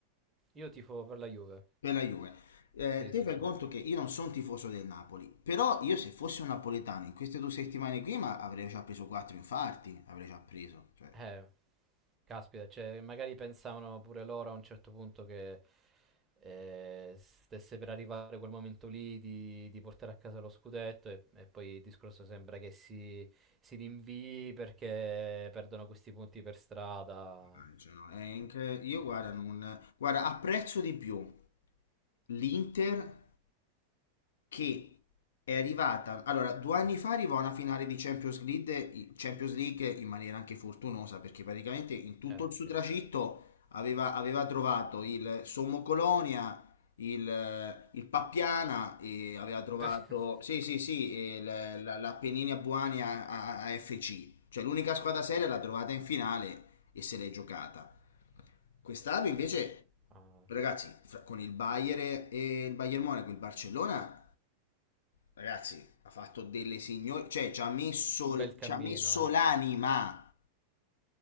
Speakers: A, on the right (about 20°); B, on the left (about 60°).
A: Io tifo per la Juve.
B: per la Juve. Eh,
A: Sì,
B: te
A: sì,
B: fai
A: sì.
B: conto che io non sono tifoso del Napoli, però io se fossi un napoletano in queste due settimane qui ma avrei già preso quattro infarti, avrei già preso. Cioè,
A: Eh, caspita, cioè, magari pensavano pure loro a un certo punto che eh, stesse per arrivare quel momento lì di, di portare a casa lo scudetto e, e poi il discorso sembra che si, si rinvii perché perdono questi punti per strada.
B: eh, cioè, no, è inc- io
A: Eh
B: guarda,
A: no,
B: non, guarda, apprezzo di più l'Inter che è arrivata. Allora, due anni fa arrivò a una finale di Champions League, Champions League in maniera anche fortunosa, perché praticamente in tutto
A: eh
B: il suo
A: sì.
B: tragitto aveva, aveva trovato il Sommo Colonia, il, il Pappiana, e aveva trovato,
A: <laughs>
B: sì, sì, sì, e l- la- l'Apennina Buani a, a- a FC. Cioè, l'unica squadra seria l'ha trovata in finale e se l'è giocata. Quest'anno invece,
A: Ah,
B: ragazzi, fra- con il Bayern e il Bayern Monaco, il Barcellona Ragazzi, ha fatto delle signore, cioè ci ha messo,
A: un bel cammino,
B: ci ha messo
A: eh.
B: l'anima.